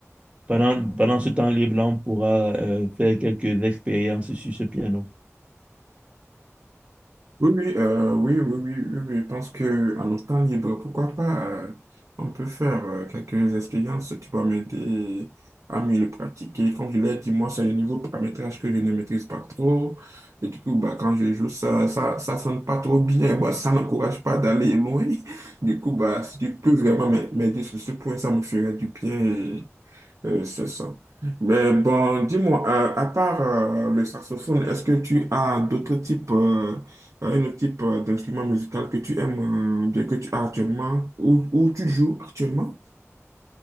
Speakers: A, on the right (about 25°); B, on the right (about 80°).
A: pendant, pendant ce temps libre-là, on pourra euh, faire quelques expériences sur ce piano.
B: Oui, oui, euh, oui, oui, oui, oui, oui, je pense que en notre temps libre, pourquoi pas, euh, on peut faire euh, quelques expériences tu vont m'aider à mieux le pratiquer. Comme je l'ai dit, moi, c'est le niveau paramétrage que je ne maîtrise pas trop. Et du coup, bah, quand je joue, ça, ça, ça sonne pas trop bien. Bah, ça n'encourage pas d'aller loin. <laughs> Du coup, bah, si tu peux vraiment m'a- m'aider sur ce point, ça me ferait du bien. Euh, c'est ça. Mais bon, dis-moi, euh, à part euh, le saxophone, est-ce que tu as d'autres types, euh, euh, un autre type euh, d'instrument musical que tu aimes euh, bien, que tu as actuellement ou, ou tu joues actuellement?